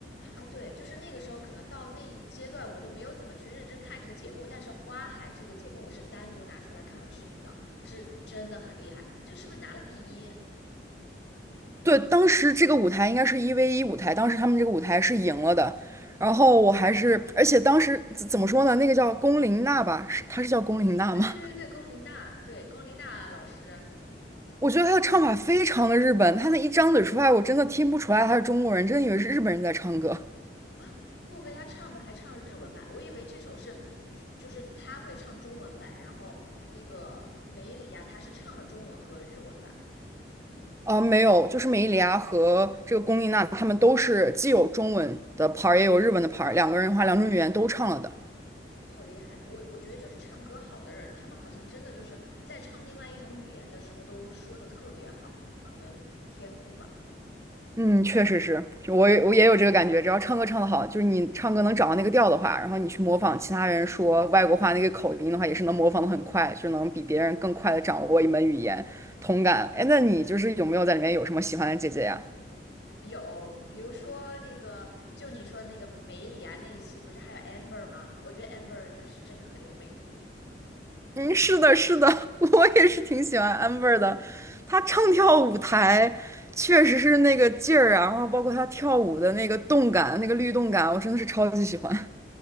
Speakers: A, on the left; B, on the right.
A: 啊，对，就是那个时候，可能到那一阶段，我都没有怎么去认真看这个节目。但是《花海》这个节目，我是单独拿出来看了视频的，是真的很厉害。这个是不是拿了第一啊？
B: 对，当时这个舞台应该是一 v 一舞台，当时他们这个舞台是赢了的。然后我还是，而且当时怎怎么说呢？那个叫龚琳娜吧，是她是叫龚琳娜吗？
A: 对对对对对，龚琳娜，对龚琳娜老师
B: 我觉得他的唱法非常的日本，他那一张嘴出来，我真的听不出来他是中国人，真的以为是日本人在唱歌。
A: 啊，莫非他唱的还唱了日文版？我以为这首是，就是他会唱中文版，然后那个梅里啊，她是唱了中文和日文版。
B: 啊、没有，就是美伊里亚和这个龚丽娜，他们都是既有中文的牌 a 也有日文的牌 a 两个人的话，两种语言都唱了的。
A: 好厉害！我我觉得就是唱歌好的人，他们好像真的就是在唱另外一种语言的时候都说的特别好，可能天赋吧。
B: 嗯，确实是，就我也我也有这个感觉，只要唱歌唱得好，就是你唱歌能找到那个调的话，然后你去模仿其他人说外国话那个口音的话，也是能模仿的很快，就能比别人更快的掌握一门语言，同感。哎，那你就是有没有在里面有什么喜欢的姐姐呀？
A: 有，比如说那个，就你说那个梅里啊那一期，不是还有 Amber 吗？我觉得 Amber 是真的很有魅力。
B: 嗯，是的，是的，<laughs> 我也是挺喜欢 Amber 的。她唱跳舞台确实是那个劲儿啊，然后包括她跳舞的那个动感、那个律动感，我真的是超级喜欢。